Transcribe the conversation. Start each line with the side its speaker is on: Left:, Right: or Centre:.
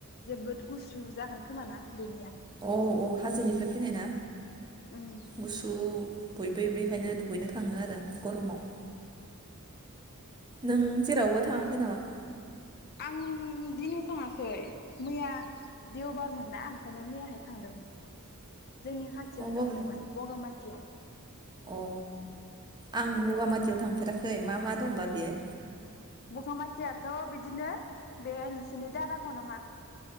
Left: जोबोद गुसु जागोन खोमाना बेनिया
Right: औ औ हाजोनिफ्राय फैनाय ना
Left: उम
Right: गुसु बयबो बेहायनो दुगैनो थां थांङो आरो गरमाव
Left: उम
Right: नों जेरावबो थाङाखै नामा
Left: आं दिनै थाङाखै मैया देवबारमोन ना ओंखायनो मैयाहाय थांदोंमोन जोंनि खाथियावनो
Right: अ बबे
Left: थांदोंमोन बगामाथियाव
Right: अ आं बगामाथियाव थांफेराखै मा मा दंबा बियो‌
Left: बगामाथियाथ' बिदिनो बे नोंसोरनि दारागाव नामा